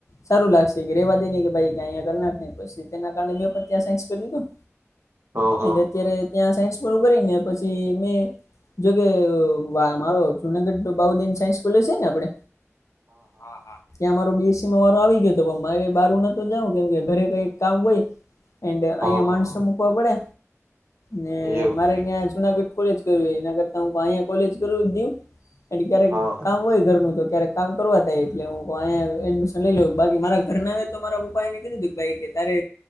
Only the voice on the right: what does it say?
હા
હા
હા
એવું
છે
હા હા